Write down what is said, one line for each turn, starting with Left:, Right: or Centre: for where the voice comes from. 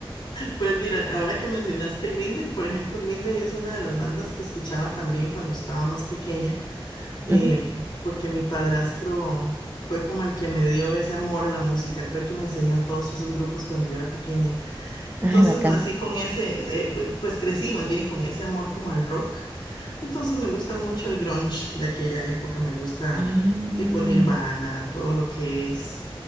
Left: Pues mira, ahora que mencionaste Green Day, por ejemplo, Green Day es una de las bandas que escuchaba también cuando estaba más pequeña, eh,
Right: Ujú.
Left: porque mi padrastro fue como el que me dio ese amor a la música, él fue el que me enseñó todos esos grupos cuando yo era pequeña. Entonces
Right: Ay, bacán.
Left: nací con ese, eh, pues, pues crecí más bien con ese amor como al rock. Entonces me gusta mucho el grunge de aquella época, me gusta
Right: Ah,
Left: tipo Nirvana, todo lo que es